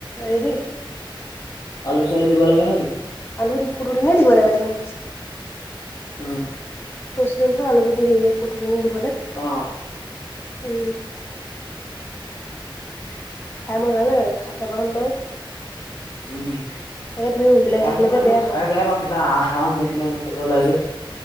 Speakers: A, on the left (about 25°); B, on the left (about 60°).
A: ৰেডি।
B: আলু চালু দিব লাগে নেকি।
A: আলু পুৰ নে দিব লাগে দেখোন।
B: উম।
A: কৈছিলো নহয় আলুগটি হেৰি কোটিকেনে দিবলে
B: অ
A: উম।
B: <unintelligible>
A: খাই মজা লাগ খাই চাবাচোন বাৰু।
B: উম।
A: তাকে তুমি উবিলাক
B: খাই
A: থাকিলে
B: পোৱা নাই
A: যে
B: মই খাই
A: পোৱা
B: বেয়া পাও কিবা আহা আহ নিচিনা বস্তু এটা ওলাই যে।